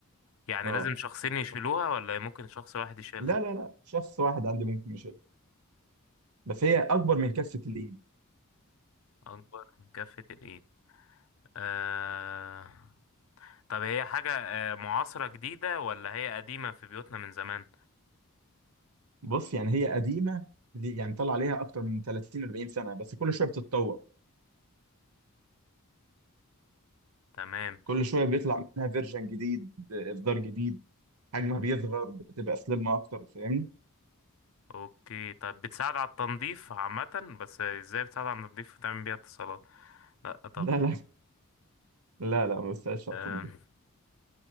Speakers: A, on the left; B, on the right.
A: يعني
B: اه
A: لازم شخصين يشيلوها ولا ممكن شخص واحد يشيلها
B: لا لا لا شخص واحد عندي ممكن يشيلها بس هي اكبر من كفه الايد
A: اكبر من كفة الايد آه... طب هي حاجة آه، معاصرة جديدة ولا هي قديمة في بيوتنا من زمان
B: بص يعني هي قديمه ليه- يعني طلع عليها اكتر من 30 40 سنه بس كل شويه بتتطور
A: تمام
B: كل شويه بيطلع منها فيرجن جديد اصدار جديد حجمها بيصغر بتبقى سليم اكتر فاهمني
A: اوكي طب بتساعد على التنظيف عامة بس ازاي بتساعد على التنظيف وتعمل بيها اتصالات لا طبعا
B: لا لا لا لا ما بستاهلش على
A: آه...
B: التنظيف